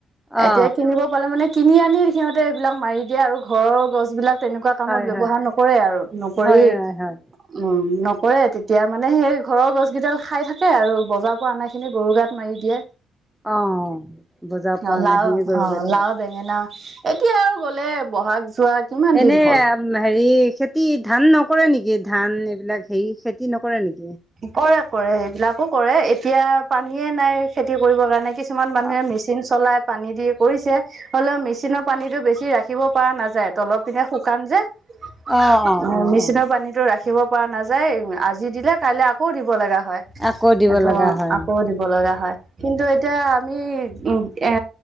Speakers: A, in the centre; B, on the right.
A: অ
B: এতিয়া কিনিব পালে মানে কিনি আনি সিহঁতে এইবিলাক মাৰি দিয়ে আৰু ঘৰৰ গছ বিলাক তেনেকুৱা কামত
A: হয়
B: ব্যৱহাৰ
A: হয়
B: নকৰে আৰু নকৰেই
A: হয় হয় হয়
B: উম <unintelligible> নকৰে তেতিয়া মানে সেই ঘৰৰ গছ কেইডাল খাই থাকে আৰু বজাৰৰ পৰা অনা খিনি গৰু গাত মাৰি দিয়ে
A: অ বুজা পোৱা
B: অ লাও
A: নাই সিয়ে গৰু
B: অ
A: গাত
B: লাও
A: মাৰে
B: বেঙেনা <unintelligible> এতিয়া আৰু গ'লে বহাগ যোৱা কিমান
A: এনে
B: দিন হ'ল
A: হেৰি খেতি ধান নকৰে নেকি কি ধান এইবিলাক হেৰি খেতি নকৰে নেকি
B: কৰে কৰে এইবিলাকো কৰে এতিয়া পানীয়েে নাই খেতি কৰিবৰ কাৰণে কিছুমান মানুহে
A: অ
B: মেচিন চলাই পানী দি কৰিছে হলেও মেচিনৰ পানীটো বেছি ৰাখিব পৰা নাযায় <unintelligible> তলৰ পিনে শুকাম যে মেচিনৰ
A: অ অ অ অ
B: পানীটো ৰাখি <unintelligible> ৰাখিব পৰা নাযায় আজি দিলে কাইলৈ আকৌ দিব লগা হয়
A: আকৌ দিব
B: সেইটো
A: লগা হয়
B: আকৌ দিব লগা হয় কিন্তু এতিয়া আমি উ এ